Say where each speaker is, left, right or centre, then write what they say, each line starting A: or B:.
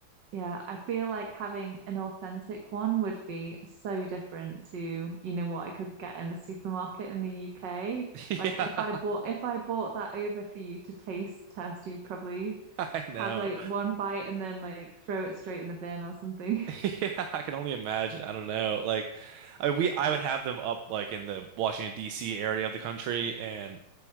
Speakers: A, on the right; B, on the right.
A: Yeah, I feel like having an authentic one would be so different to, you know, what I could get in the supermarket in the UK.
B: <laughs>
A: Like
B: Yeah,
A: if I bought if I bought that over for you to taste test, you'd probably
B: I know.
A: have like one bite and then like throw it straight in the bin or something.
B: <laughs>
A: <laughs>
B: Yeah, I can only imagine. I don't know. Like, I we I would have them up like in the Washington D.C. area of the country, and